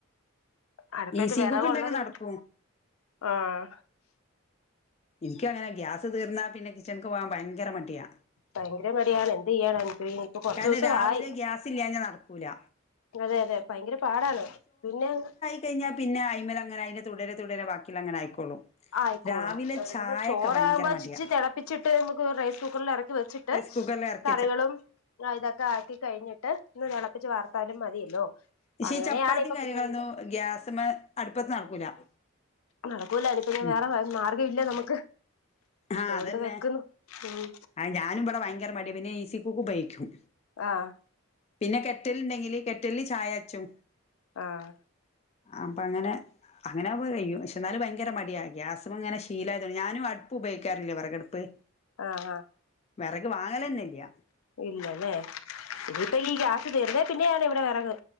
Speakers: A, on the left; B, on the left.
A: അടുപ്പത്ത്
B: ഈസി
A: വിറക്ക്
B: കുക്ക് ഉണ്ടെങ്കിൽ
A: ഉള്ളത്
B: നടക്കും
A: കൊണ്ട് ആഹ
B: എനിക്ക് അങ്ങനെ ഗ്യാസ് തീർന്നാ പിന്നെ കിച്ചൺക്ക് പോകാൻ ഭയങ്കര മടിയാ
A: ഭയങ്കര മടിയാണ് എന്ത് ചെയ്യാനാ എനിക്ക് ഇനിയിപ്പൊ കൊറച്ച്
B: കാരണം
A: ദിവസം
B: രാവിലെ
A: ആയി
B: ഗ്യാസ് ഇല്ലാഞ്ഞാ നടക്കൂല
A: അതെ അതെ ഭയങ്കര പാടാണ് പിന്നെങ്
B: കഴിഞ്ഞാ പിന്നെ അയ്മൽ അങ്ങെനെ അയിന്റെ തുടരെ തുടരെ ബാക്കി ഉള്ളത് അങ്ങെനെ ആയിക്കോളും
A: ആയിക്കോളും
B: രാവിലെ
A: <unintelligible>
B: ചായൊക്കെ
A: ചോറാകുമ്പോ
B: ഭയങ്കര മടിയാ
A: ച്ച് തിളപ്പിച്ചിട്ട് നമുക്ക് റൈസ് കുക്കറൽ ഇറക്കി വെച്ചിട്ട്
B: സുഗല്ലറിം
A: കറികളും അ ഇതൊക്കെ ആക്കി കഴിഞ്ഞിട്ട് ഒന്ന് തിളപ്പിച്ച് വാർത്താലും മതിയല്ലോ
B: പക്ഷേ
A: അങ്ങനെയാണ്
B: ഈ ചപ്പാത്തിയും
A: ഇപ്പൊ
B: കാര്യങ്ങളൊന്നും
A: പൊയ്ക്കൊണ്ടിരിക്കാൻ
B: ഗ്യാസമ്മെ അടുപ്പത്ത് നടക്കൂല
A: നടക്കൂല ഇനി പിന്നെ
B: ഉം
A: വേറെ മാർഗം ഇല്ല നമുക്ക്
B: ആഹ
A: അതുകൊണ്ട്
B: അതന്നെ
A: വെക്കുന്നു ഉം
B: ആ ഞാനും ഇവിടെ ഭയങ്കര മടിയാ പിന്നെ ഈസി കുക്ക് ഉപയോഗിക്കും
A: ആഹ്
B: പിന്നെ ക്കെറ്റൽ ഇണ്ടെങ്കില് കെറ്റലില് ചായ കാച്ചും
A: ആഹ്
B: അപ്പ അങ്ങനെ അങ്ങനെ ആവുമ്പോ കഴിയും ക്ഷേ എന്നാലും ഭയങ്കര മടിയാ ഗ്യാസ്മ്മെ ഇങ്ങനെ ശീല ആയതോണ്ട് ഞാനും അടു പ്പ് ഉപയോഗിക്കാറില്ല വിറക്കഅടുപ്പ്
A: ആഹ ആഹ
B: വെറക് വാങ്ങലെന്നെയില്ല
A: ഇല്ലല്ലേ ഇനിയിപ്പ ഈ ഗ്യാസ്സ് തീരുന്നേ പിന്നെ ഞാന് ഇവിടെ വിറക്ക്